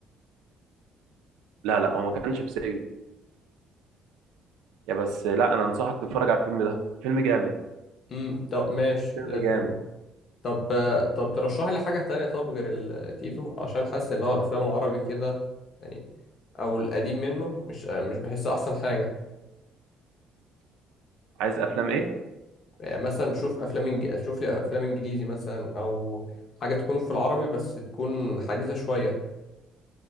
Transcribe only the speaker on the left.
امم طب ماشي
زي الفل
طب آه، طب ترشح لي حاجه تانية طب غير التيتو عشان حاسس ان هو الافلام العربي كده يعني او القديم منه مش مش بحسها احسن حاجه
يعني مثلا شوف افلام انج... شوف لي افلام انجليزي مثلا او حاجه تكون في العربي بس تكون حديثه شويه